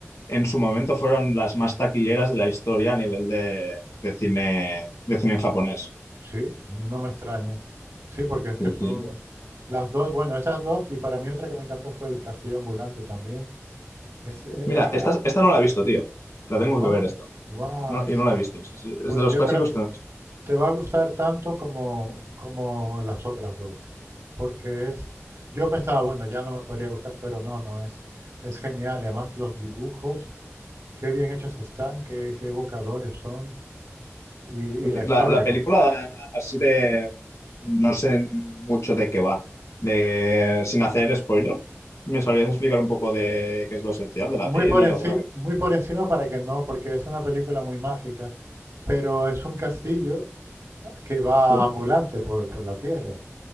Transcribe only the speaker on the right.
Sí, no me extraña. Sí, porque es
que son
las dos, bueno, esas dos, y para mí otra que me encantó fue el Castillo Ambulante también. Es, eh,
es que,
ah,
no,
wow,
es,
pues
yo
creo,
te va a gustar tanto como, como las otras dos, porque es, yo pensaba, bueno, ya no me podría gustar, pero no, no, es, es genial, y además los dibujos, qué bien hechos están, qué, qué evocadores son. y, y
la
historia.
Muy
por, enci-
muy por encima para que no, porque es una película muy mágica, pero es un castillo que va
ambulante por, por la tierra.